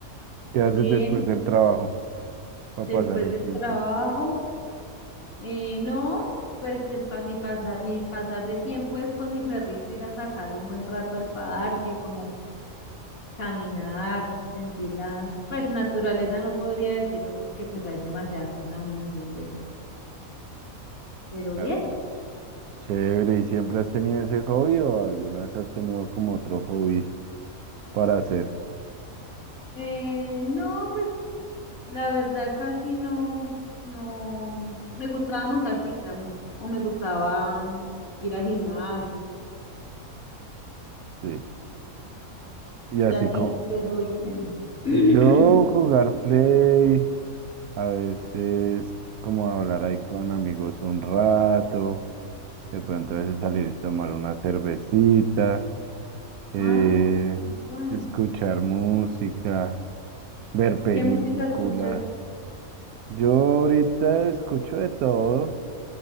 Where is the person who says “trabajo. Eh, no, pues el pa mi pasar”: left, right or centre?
Left